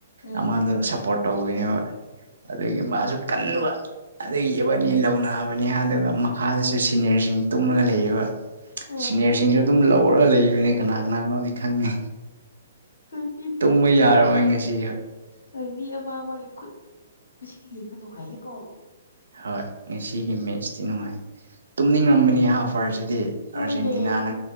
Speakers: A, on the left (about 70°); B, on the right (about 70°).
A: ꯑ
B: ꯑꯃꯗ ꯁꯞꯄꯣꯔꯠ ꯇꯧꯕꯤꯅꯦꯕ ꯑꯗꯒꯤ ꯃꯥꯁꯨ ꯀꯟꯕ ꯑꯗꯨ ꯌꯦꯕꯅꯤ ꯂꯧꯅꯥꯕꯅꯤ ꯑꯗꯨꯒ ꯃꯈꯥꯗꯁꯨ ꯁꯤꯅꯤꯌꯔꯁꯤꯡ ꯇꯨꯝꯂꯒ ꯂꯩꯌꯦꯕ
A: ꯑꯩꯈꯣꯏ
B: ꯁꯤꯅꯦꯔꯁꯤꯡꯁꯨ ꯑꯗꯨꯝ ꯂꯧꯔꯒ ꯂꯩꯕꯅꯤ ꯀꯅꯥ ꯀꯅꯥꯅꯣꯗꯤ ꯈꯪꯉꯤ
A: ꯏꯆꯦꯅꯤꯁꯨ
B: ꯇꯨꯝꯕ ꯌꯥꯔꯃꯣꯏ ꯉꯁꯤ
A: ꯍꯣꯏ ꯃꯤ ꯑꯃ ꯑꯃꯒꯤ ꯈꯨꯠ ꯉꯁꯤꯗꯤ ꯌꯦꯡꯕ ꯇꯣꯡꯉꯥꯏꯌꯦꯀꯣ
B: ꯍꯣꯏ ꯉꯁꯤꯒꯤ ꯃꯦꯠꯁꯇꯤ ꯅꯨꯡꯉꯥꯏ ꯇꯨꯝꯅꯤꯡꯔꯝꯕꯅꯤ ꯍꯥ ꯐꯔꯁꯤ ꯗꯤ
A: ꯍꯣꯏꯅꯦ
B: ꯑꯥꯔꯖꯦꯟꯇꯤꯅꯥꯅ